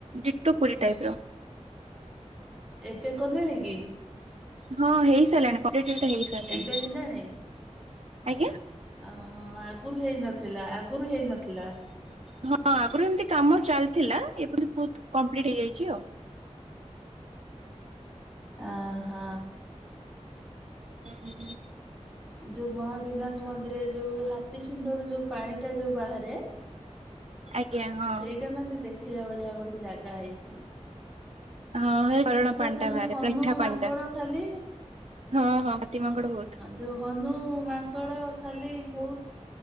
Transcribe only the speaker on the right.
ଡିଟୋ ପୁରୀ ଟାଇପ୍ ର।
ହଁ ହେଇସାଇଲାଣି କମ୍ପ୍ଲିଟେଟ୍ ହେଇସାଇଲାଣି
ଆଜ୍ଞା।
ହଁ ଆଗରୁ ଏମିତି କାମ ଚାଲିଥିଲା ଏବେ ବି ବହୁତ୍ କମ୍ପ୍ଲିଟ ହେଇଯାଇଚି ଆଉ।
ହୁଁ
ଆଜ୍ଞା ହଁ।
ହଁ ହେଇ ଝରଣା ପାଣି
ଟା ବାହାରେ
ମିଠା
ପାଣି ଟା
ହଁ ହଁ ପାତି ମାଙ୍କଡ଼ ବୋହୁତ।